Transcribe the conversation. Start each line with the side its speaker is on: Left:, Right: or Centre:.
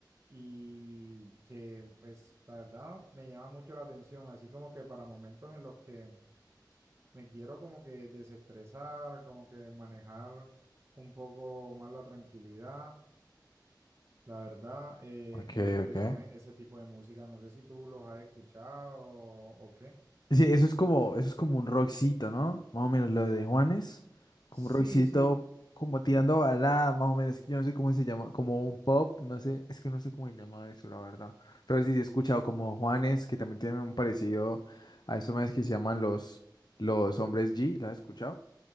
Right: y que pues la verdad me llama mucho la atención, así como que para momentos en los que me quiero como que desestresar, como que manejar un poco más la tranquilidad, la verdad eh,
Left: Ok,
Right: me, gu-
Left: ok.
Right: eh, son e- ese tipo de música, no sé si tú los has escuchado o, qué.
Left: Sí, eso es como, eso es como un rockcito, ¿no? Más o menos lo de Juanes, como
Right: Sí,
Left: un rockcito,
Right: sí,
Left: como tirando
Right: eh,
Left: a balada, más o menos, es que yo no sé cómo se llama, como un pop, no sé, es que no sé cómo se llama eso, la verdad. Pero sí, sí he escuchado como Juanes, que también tienen un parecido a esos más que se llaman los, los hombres G, ¿lo has escuchado?